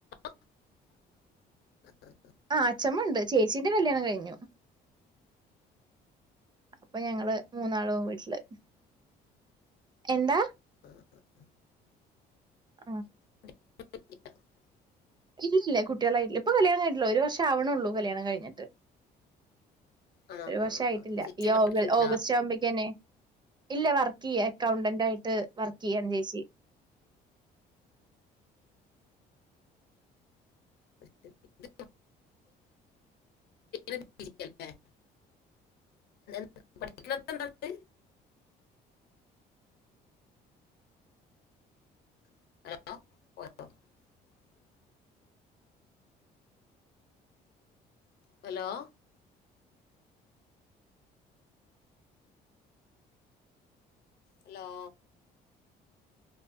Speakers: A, on the left; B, on the right.
A: <unintelligible>
B: ആ അച്ചമ്മ ണ്ട് ചേച്ചീന്റെ കല്യാണം കഴിഞ്ഞു അപ്പൊ ഞങ്ങള് മൂന്നാളും വീട്ടില് എന്താ
A: അഹ് ഹ്
B: ആഹ്
A: <inaudible>
B: ഇല്ലില്ല <unintelligible> കുട്ട്യേളായ്ല്ല ഇപ്പൊ കല്യാണം കഴിഞ്ഞിട്ടുള്ളു ഒരു വർഷം ആവണൊള്ളൂ കല്യാണം കഴിഞ്ഞിട്ട്
A: ആ ആ
B: ഒരു വർഷം ആയിട്ടില്ല
A: ആ ചേച്ചി
B: ഈ
A: പഠിക്കണ്ടാ
B: ഓ ഓഗസ്റ്റ് ആവുമ്പേക്കന്നെ ഇല്ല വർക്ക് ചെയ്യ അക്കൗണ്ടന്റായിട്ട് വർക്ക് ചെയ്യാൻ ചേച്ചി
A: <unintelligible> എന്തെങ്കിലും <unintelligible> <unintelligible> <unintelligible> <unintelligible> പഠിക്കണ്ക്കെ ഉണ്ടോ നിങ്ങള് <unintelligible> ഹലോ അലോ